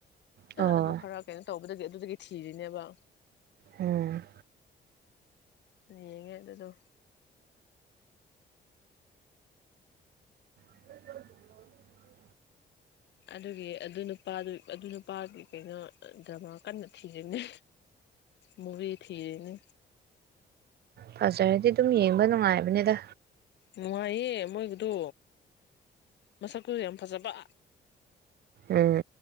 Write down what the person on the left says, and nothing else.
ꯑꯗꯨ ꯈꯔ ꯀꯩꯅꯣ ꯇꯧꯕꯗꯒꯤ ꯑꯗꯨꯗꯒꯤ ꯊꯤꯔꯤꯅꯦꯕ
ꯌꯦꯡꯉꯦ ꯑꯗꯨꯗꯣ
ꯑꯗꯨꯒꯤ ꯑꯗꯨ ꯅꯨꯄꯥꯗꯨ ꯑꯗꯨ ꯅꯨꯄꯥꯒꯤ ꯀꯩꯅꯣ ꯗ꯭ꯔꯃꯥ ꯀꯟꯅ ꯊꯤꯔꯤꯅꯦ ꯃꯨꯚꯤ ꯊꯤꯔꯤꯅꯤ
ꯅꯨꯡꯉꯥꯏꯌꯦ ꯃꯣꯏꯒꯤꯗꯨ ꯃꯁꯛꯇꯨ ꯌꯥꯝ ꯐꯖꯕ